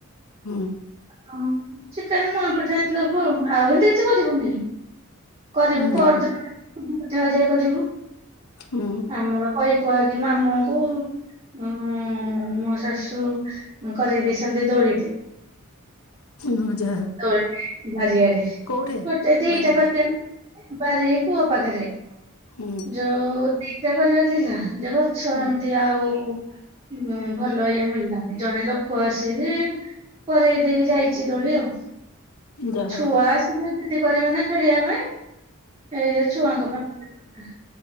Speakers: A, on the left; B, on the right.
A: ହୁଁ।
B: ହଁ ଚିକେନ ମୁଁଆଁ ପିଠା ଏମିତି ଦବୁ ଆଉ ଏମିତି କିଛି କରିବନିି। କରିବୁ
A: ହୁଁ
B: ପରଦିନଠ
A: ହୁଁ
B: ପିଠା ହରୀକା କରିବୁ
A: ହୁଁ
B: ଆମର କଇ କୁଆ ଯେ ମାମୁଙ୍କୁ ଓ ମୋ ଶାଶୁ କରେଇ ଦେଇଛନ୍ତି ଦୋଳିଟେ।
A: ହୁଁ ଯାହା
B: ତ ଏଟି ବାରିଆଡେ
A: କୋଉଠି
B: ଗୋଟେ ଦିଟା
A: ବାରିଆଡେ
B: କରିଛନ୍ତି। ପରି ଏ କୁହ ପାଖରେ।
A: ହୁଁ।
B: ଯୋଉ ଦିଟା କରିବା ଥିଲା ଯେଉ ଗଛ
A: ହୁଁ
B: ଏମିତି ଆଉ। ହଁ ଭଲ ଇଏ ମିଳିଲାନି ଜଣେ ଲୋକ ଆସିବେ କରେଇ ଦେଇକି ଯାଇଛି ଦୋଳି ଆଉ।
A: ଯାହା
B: ଛୁଆ
A: ହଉ
B: ଆସିଲେ ଜିଦି କରିବେ ନା ଖେଳିବା ପାଇଁ ସେଇ ଛୁଆଙ୍କ ପାଇଁ। ହୁଁ <inaudible>